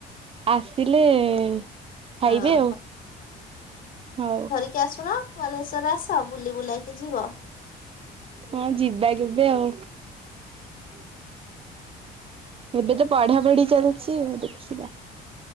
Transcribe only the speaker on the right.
ଆସିଲେ ଖାଇବେ
ଆଉ। ହଉ।
ହଁ ଯିବା କେବେ ଆଉ। ହ <unintelligible> ଏବେ ତ ପଢା ପଢି ଚାଲିଛି ଆଉ ଦେଖିବା।